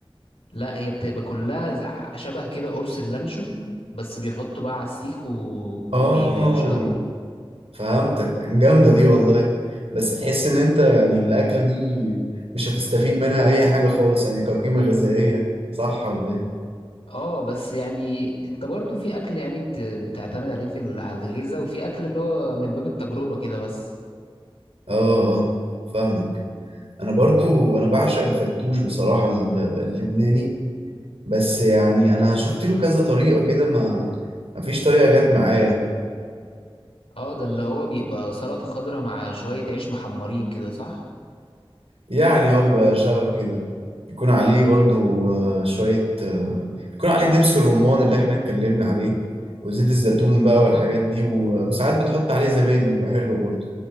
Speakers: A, on the left (about 85°); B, on the right (about 85°).
A: لا هي بتبقى كلها زع- شبه كده قرص اللانشون بس بيحطوا بقى على السيخ و...
B: اه
A: وبيعملوا شاورما
B: فهمتك جامدة دي والله بس تحس ان انت يعني الأكلة دي مش هتستفيد منها أي حاجة خالص يعني كقيمة غذائية صح ولا إيه؟
A: اه بس يعني انت برضو في اكل يعني بت... بتعتمد عليه في ال- على الغذاء وفي اكل اللي هو من باب التجربة كده بس
B: اه اه فاهمك انا برضو انا بعشق الفتوش بصراحة ال- اللبناني بس يعني انا شفت له كذا طريقة كده ما ما فيش طريقة جت معايا
A: اه ده اللي هو بيبقى سلطة خضراء مع شوية عيش محمرين كده صح
B: يعني هو بيبقى شبه كده بيكون عليه برضو آه، شوية آه، بيكون عليه دبس الرمان اللي احنا اتكلمنا عليه وزيت الزيتون بقى والحاجات دي و- وساعات بتحط عليه زبادي بيبقى حلو برضو